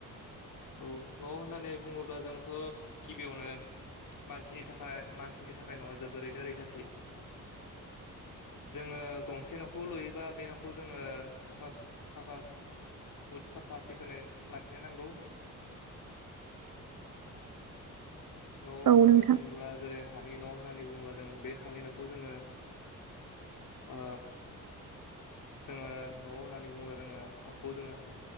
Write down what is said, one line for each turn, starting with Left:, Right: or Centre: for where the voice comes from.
Left: औ न' होननानै बुङोब्ला जोंथ' गिबियावनो मानसिनि थाखाय मानसिनि थाखाय न'आ जोबोरैनो रैखाथि।
Right: <inaudible>
Left: जोङो गंसे न'खौ लुयोबा बे न'खौ जोङो साफा साफा बुहुद साफा सिखोनै लाखिनो नांगौ। न' होननानै
Right: औ नोंथां
Left: बुङोब्ला जेरै हानि न' होननानै बुङोबा जों बे हानि न'खौ जोङो ओ जोङो न' होननानै बुङोब्ला जोङो हाखौ जोङो